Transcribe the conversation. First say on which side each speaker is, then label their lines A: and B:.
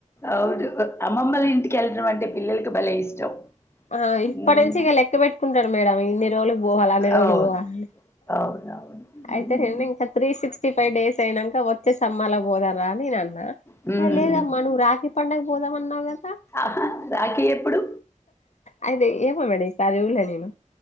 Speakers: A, on the left; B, on the left.
A: అవును అమ్మమ్మల ఇంటికి వెళ్ళడం అంటే పిల్లలకి బలే ఇష్టం
B: ఆ ఇప్పటి
A: హ్మ్.
B: నుంచి ఇగ లెక్క పెట్టుకుంటడు మేడంమ్ ఇన్ని రోజులు పోవాలని అన్నిరోజులు
A: అవును.
B: పోవాలి
A: అవునవును. హ్మ్.
B: అయితే రండి ఇంకా త్రీ సిక్స్టీ ఫైవ్ డేస్ అయినాక వచ్చేసమ్మరలా పోదంరా అనినేను అన్నా
A: హ్మ్.
B: లేదమ్మా నువు రాకి పండగ పోదామ అన్నావు కదా
A: ఆహా రాఖీ ఎప్పుడు
B: అయితే ఏమో మేడం ఈ సారి చూడలే నేను